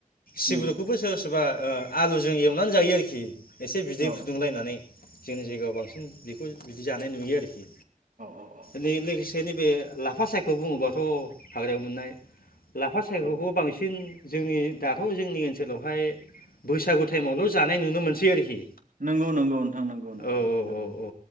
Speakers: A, on the left; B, on the right.
A: सिबदुखौबो
B: उम
A: सोरबा सोरबा ओ आलुजों एवनानै जायो आरोखि एसे बिदै
B: औ
A: फुदुंलायनानै जोंनि जायगायाव बांसिन बेखौ बिदि जानाय नुयो आरोखि।
B: औ
A: नै
B: औ
A: लोगोसे नैबे। लाफा सायखौ बुङोबाथ' हाग्रायाव मोननाय। लाफा सायख'खौ
B: औ
A: बांसिन। जोंनि दाथ' जोंनि ओनसोलावहाय। बैसागु टाइमावल' जानाय नुनो मोनसै आरोखि।
B: नंगौ नंगौ नोंथां नंगौ नंगौ
A: औ औ
B: नंगौ
A: औ औ